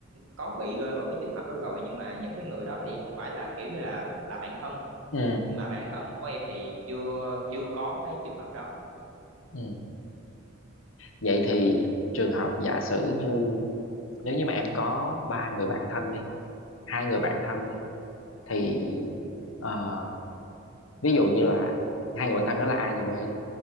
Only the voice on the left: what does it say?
ừ
ừ Vậy thì trường hợp giả sử như nếu như mà em có ba người bạn thân đi, hai người bạn thân đi thì ờ, ví dụ như là hai người bạn thân đó là A và B đi.